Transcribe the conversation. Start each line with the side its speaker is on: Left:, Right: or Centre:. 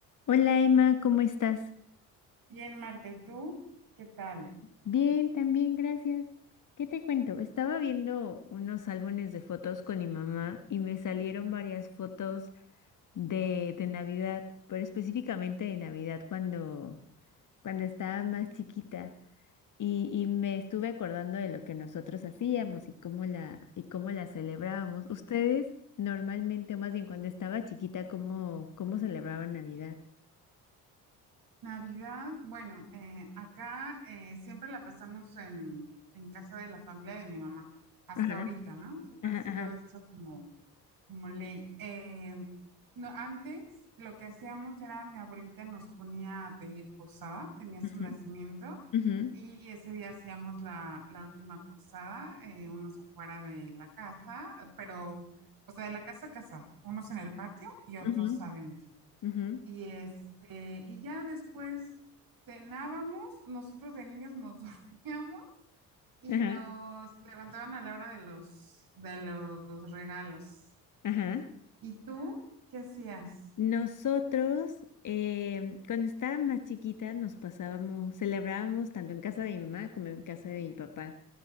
Left: Hola Emma, ¿cómo estás?
Right: Bien, Marta, ¿y tú? ¿Qué tal?
Left: Bien, también, gracias. ¿Qué te cuento? Estaba viendo unos álbumes de fotos con mi mamá y me salieron varias fotos de, de Navidad, pero específicamente de Navidad cuando, cuando estaba más chiquita. Y, y me estuve acordando de lo que nosotros hacíamos y cómo la, y cómo la celebrábamos. ¿Ustedes normalmente, o más bien cuando estaba chiquita, cómo, cómo celebraban Navidad?
Right: Navidad, bueno, eh, acá eh, siempre la pasamos en, en casa de la familia de mi mamá, hasta
Left: Ajá,
Right: ahorita, ¿no? Siempre
Left: ajá,
Right: ha sido
Left: ajá.
Right: eso como, como ley. Eh, no, antes lo que hacíamos era mi abuelita nos ponía a pedir posada, tenía su
Left: Ujú,
Right: nacimiento
Left: ujú,
Right: y ese día hacíamos la, la última posada, eh, unos afuera de la casa, pero, o sea, de la casa a casa, unos en el patio y otros
Left: ujú.
Right: adentro.
Left: Ujú,
Right: Y este, y ya después cenábamos, nosotros de niños nos <laughs> dormíamos y
Left: Ajá,
Right: nos levantaban a la hora de los de los regalos.
Left: ajá.
Right: ¿Y tú qué hacías?
Left: Nosotros, eh, cuando estaba más chiquita, nos pasábamos, celebrábamos tanto en casa de mi mamá como en casa de mi papá.